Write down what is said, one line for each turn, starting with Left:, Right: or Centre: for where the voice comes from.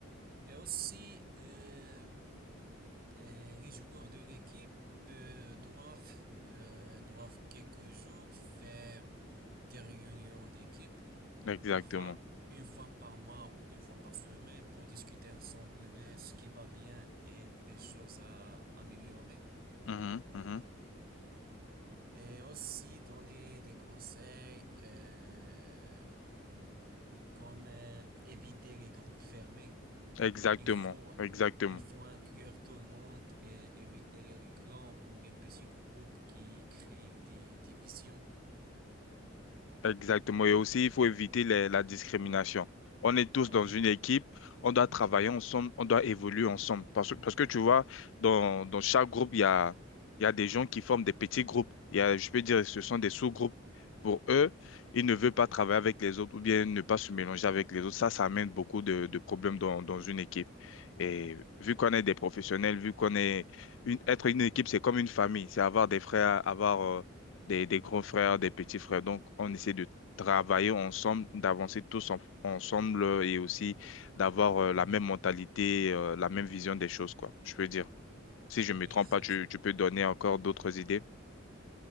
Right: Et aussi, euh, Euh, les joueurs de l'équipe euh, doivent, euh, doivent quelques jours faire des réunions d'équipe,
Left: Exactement.
Right: parfois une fois par mois ou une fois par semaine, pour discuter ensemble de ce qui va bien et des choses à améliorer.
Left: Mhm, mhm.
Right: Et aussi donner des conseils euh, hmm, comme euh, éviter les groupes fermés
Left: Exactement.
Right: Il faut,
Left: Exactement.
Right: il faut inclure tout le monde et éviter les clans ou les petits groupes qui créent des divisions.
Left: Exactement. Et aussi, il faut éviter les- la discrimination. On est tous
Right: Ah
Left: dans
Right: oui,
Left: une équipe, on doit travailler ensemble, on doit évoluer ensemble. Parce, parce que tu vois, dans, dans chaque groupe, il y a, il y a des gens qui forment des petits groupes. Il y a, je peux dire, ce sont des sous-groupes. Pour eux, ils ne veulent pas travailler avec les autres ou bien ne pas se mélanger avec les autres. Ça, ça amène beaucoup de, de problèmes dans, dans une équipe. Et vu qu'on est des professionnels, vu qu'on est une- être une équipe, c'est comme une famille. C'est avoir des frères, avoir euh, des, des grands frères, des petits frères. Donc, on essaie de travailler ensemble, d'avancer tous en- ensemble euh, et aussi d'avoir euh, la
Right: oui,
Left: même mentalité, euh, la même vision des choses, quoi, je peux dire. Si je
Right: oui,
Left: me trompe
Right: c'est
Left: pas, tu,
Right: ça.
Left: tu peux donner encore d'autres idées.